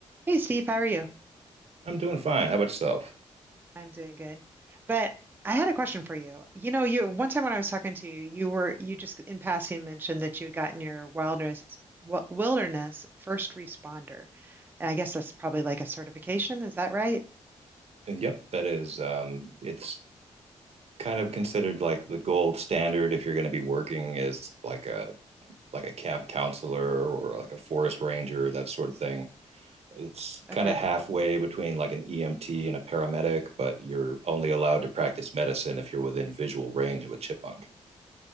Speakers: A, on the right; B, on the right.
A: Hey Steve, how are you?
B: I'm doing fine. How about yourself?
A: I'm doing good. But I had a question for you. You know, you one time when I was talking to you, you were you just in passing mentioned that you had gotten your wilderness wi- wilderness first responder. And I guess that's probably like a certification, is that right?
B: And Yep, that is. Um, it's kind of considered like the gold standard if you're going to be working as like a like a camp counselor or like a forest ranger, that sort of thing. It's
A: Okay.
B: kind of halfway between like an EMT and a paramedic, but you're only allowed to practice medicine if you're within visual range of a chipmunk.